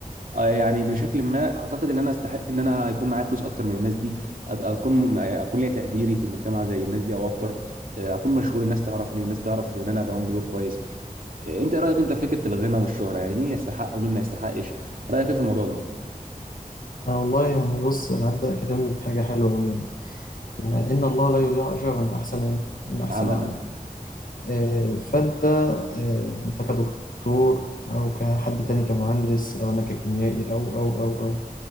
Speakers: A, on the right; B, on the left.
A: آه، يعني بشكل ما اعتقد ان انا استحق ان انا يكون معايا فلوس اكتر من الناس دي أد- اكون م- اكون ليا تقديري في المجتمع زي الناس دي او اكتر آه، اكون مشهور الناس تعرفني والناس تعرف ان انا بقوم بدور كويس آه، انت إيه رايك انت في فكره الغنى والشهره يعني مين يستحق ومين ما يستحقش رايك ايه في الموضوع ده
B: أنا والله يعني بص أنا هبدأ كلامي بحاجة حلوة أوي يعني إن إن الله لا يضيع أجر من أحسن إيه؟ من أحسن
A: عملا
B: عمل آه، فأنت آه، أنت كدكتور أو كحد تاني كمهندس أو أنا ككيميائي أو أو أو أو